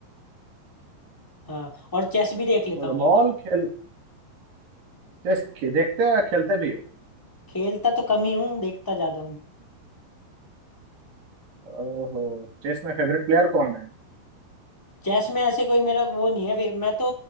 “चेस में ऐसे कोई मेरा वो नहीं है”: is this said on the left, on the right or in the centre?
Centre